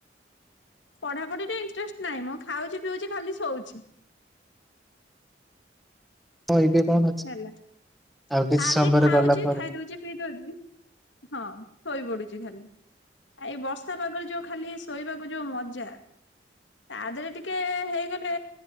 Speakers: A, on the left; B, in the centre.
A: ପଢ଼ାପଢ଼ିରେ ଇଣ୍ଟରେଷ୍ଟ ନାହିଁ ମ ଖାଉଚି ପିଉଚି ଖାଲି ଶୋଉଚି।
B: ହଁ ଏବେ କଣ ଅଛି?
A: ହେଲା
B: ଆଉ କିଛି
A: ଖାଲି
B: ସମୟରେ
A: ଖାଉଚି
B: ଗଲା ପରେ
A: ଖାଇ ଦଉଚି ପିଇ ଦଉଚି ହଁ ଶୋଇ ପଡୁଚି ଖାଲି। ଆ ଏଇ ବର୍ଷା ପାଗରେ ଯୋଉ ଖାଲି ଶୋଇବାକୁ ଯୋଉ ମଜା ତା ଦେହରେ ଟିକେ ହେଇଗଲେ